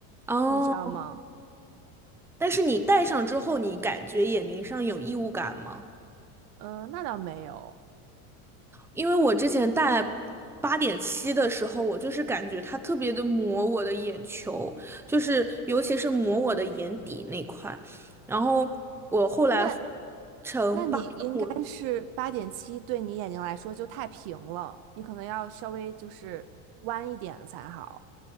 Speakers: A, in the centre; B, on the right (about 50°).
A: 哦，
B: 你知道吗？
A: 但是你戴上之后，你感觉眼睛上有异物感吗？
B: 嗯、那倒没有，
A: 因为我之前戴八点七的时候，我就是感觉它特别的磨我的眼球，就是尤其是磨我的眼底那块。然后我后来换
B: 那
A: 成八点五，
B: 那你应该是八点七，对你眼睛来说就太平了，你可能要稍微就是弯一点的才好。